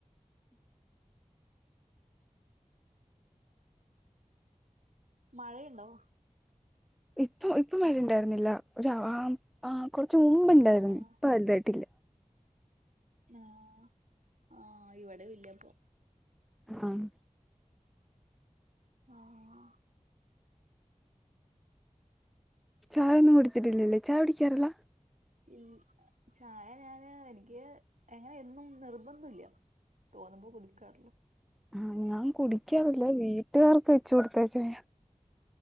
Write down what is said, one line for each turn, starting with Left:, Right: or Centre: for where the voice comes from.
Right: മഴയെണ്ടോ?
Centre: ഇപ്പ ഇപ്പ മഴ ഇണ്ടാരുന്നില്ല ഒര് ആ ആ കൊറച്ച് മുമ്പ് ഇണ്ടാരുന്നു
Right: ആഹ്
Centre: ഇപ്പ വലുതായിട്ടില്ല.
Right: ആഹ് ആഹ് ഇവടേം ഇല്ലാപ്പൊ
Centre: ആഹ്
Right: ആഹ്
Centre: ചായ ഒന്നും കുടിച്ചിട്ടില്ലല്ലേ ചായ കുടിക്കാറില്ല?
Right: ഇൽ ചായ ഞാന് എനിക്ക് അങ്ങനെ എന്നും നിർബന്ധില്ല തോന്നുമ്പോ കുടിക്കാറൊള്ളു
Centre: ആഹ് ഞാൻ കുടിക്കാറില്ല വീട്ടുകാർക്ക് വെച്ച് കൊടുത്തെ ചായ.